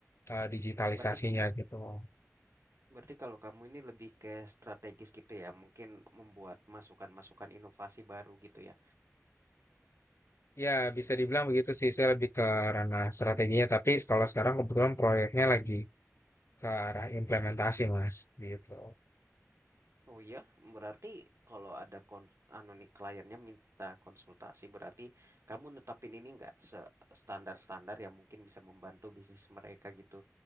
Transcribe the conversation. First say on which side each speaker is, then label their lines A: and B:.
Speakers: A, on the left (about 55°); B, on the right (about 60°).
A: eh, digitalisasinya
B: Berarti
A: gitu.
B: Berarti kalau kamu ini lebih ke strategis gitu ya, mungkin membuat masukan-masukan inovasi baru gitu ya.
A: Ya bisa dibilang begitu sih, saya lebih ke ranah strateginya, tapi kalau sekarang kebetulan proyeknya lagi ke arah implementasi Mas, gitu.
B: Oh iya, berarti kalau ada kon anu nih kliennya minta konsultasi, berarti kamu netapin ini nggak se- standar-standar yang mungkin bisa membantu bisnis mereka gitu.